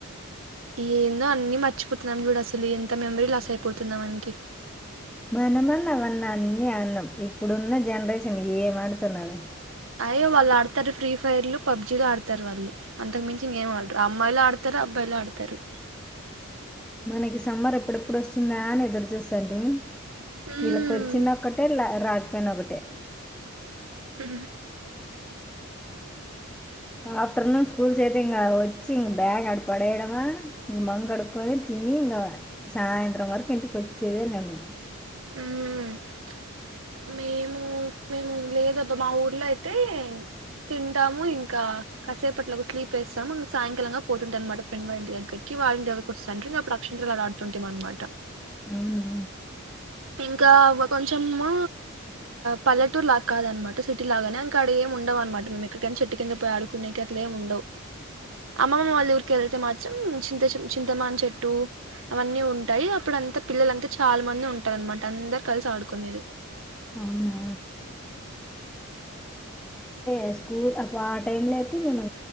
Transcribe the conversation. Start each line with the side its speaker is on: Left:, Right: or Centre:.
Right: ఏందో అన్ని మర్చిపోతున్నాం చూడు, అసలు ఎంత మెమరీ లాస్ అయిపోతుంద మనకి.
Centre: మనమన్నా అవన్న అన్ని ఆణ్యం, ఇప్పుడున్న జనరేషన్ ఏం ఆడుతున్నారు.
Right: అయ్యో వాళ్ళు ఆడతారు ఫ్రీ ఫైర్లు, పబ్జీలు ఆడతారు. వాళ్ళు అంతకు మించి ఇంగేమ్ ఆడరు అమ్మాయిలు ఆడతారు. అబ్బాయిలు ఆడతారు
Centre: మనకి సమ్మర్ ఎప్పుడెప్పుడు వస్తుందా అని ఎదురు చూసాంటిమి.
Right: మ్మ్
Centre: వీళ్ళకి వచ్చిన ఒకటే రాకపోన ఒకటే
Right: స
Centre: ఆఫ్టర్ నూన్ స్కూల్ సే ఇంక వచ్చి ఇ బాగ్ అ పడేయడవా మంగ అడుకో ఇ ఇంక సాయంత్రం వరకు ఇంటికి వచ్చేదే నను
Right: మ్ మేము మేము లేదబ్బా మా ఊర్లో అయితే తింటాము ఇంకా కసేపట్లోలకు స్లీప్ వేస్తాము సాయంకాలంగా పోతుంటా అనమాట ఫ్రెండ్ వాళ్ళంటి దగ్గరికి ళ్ళని దగరికి వస్తాంట నే అప్పుడు అక్షంతరా అలాడుతుంటాం అనమాట
Centre: అవునా
Right: ఇంకా కొంచెము పల్లటూరు లాగ కాదనమాట సిటీ లాగానే అంక అడ ఏ ఉండవు అనమాట మేము ఎక్కడికైనా చెట్టు కింద పోయి ఆడుకునేయిక అట్లే డవు అమ్మమ్మ వాళ్ళ ఊరికి వెళ్తే మాత్ర చింత చింతమాన్ చెట్టు అవన్నీ ఉంటాయి అప్పుడు అంతా పిల్లలంతా చాలా మంది ఉంట అనమాట అందరు కలిసి ఆడుకునేది
Centre: అవునా అ స్కూల్ ఆ టైమ్ లో అయితే మేము